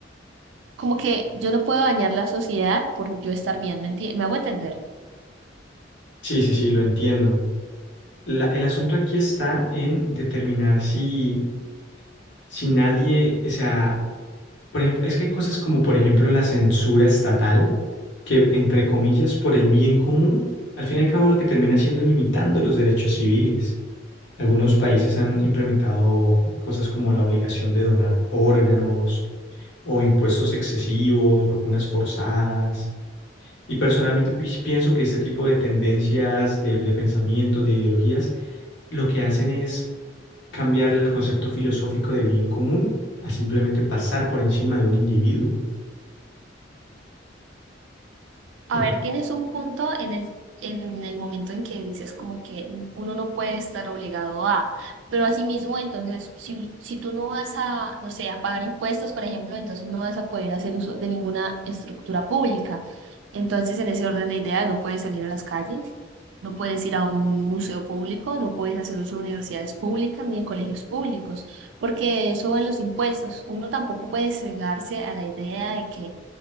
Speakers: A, on the right; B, on the left.
A: como que yo no puedo dañar la sociedad por yo estar bien, ¿me enti- ¿Me hago entender?
B: Sí, sí, sí, lo entiendo. La- el asunto aquí está en determinar si, si nadie, o sea, por ejemplo, es que hay cosas como, por ejemplo, la censura estatal, que, entre comillas, por el bien común, al fin y al cabo lo que termina haciendo es limitando los derechos civiles. Algunos países han implementado cosas como la obligación de donar órganos o impuestos excesivos, vacunas forzadas. Y personalmente pues, pienso que este tipo de tendencias, de, de pensamientos, de ideologías, lo que hacen es cambiar el concepto filosófico de bien común a simplemente pasar por encima de un individuo.
A: A
B: Ok.
A: ver, tienes un punto en el, en el momento en que dices como que uno no puede estar obligado a, pero asimismo, entonces, si, si tú no vas a, no sé, a pagar impuestos, por ejemplo, entonces no vas a poder hacer uso de ninguna estructura pública. Entonces, en ese orden de ideas, no puedes salir a las calles, no puedes ir a un museo público, no puedes hacer uso de universidades públicas ni de colegios públicos, porque eso va en los impuestos. Uno tampoco puede cegarse a la idea de que